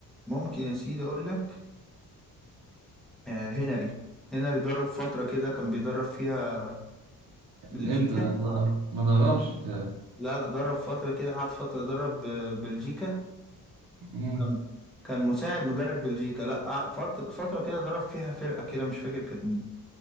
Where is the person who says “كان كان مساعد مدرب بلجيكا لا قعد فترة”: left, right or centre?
Centre